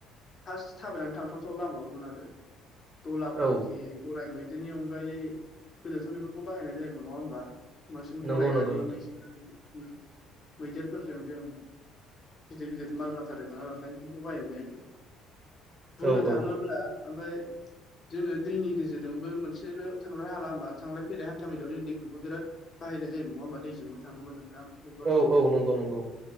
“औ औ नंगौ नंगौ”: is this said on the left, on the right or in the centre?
Right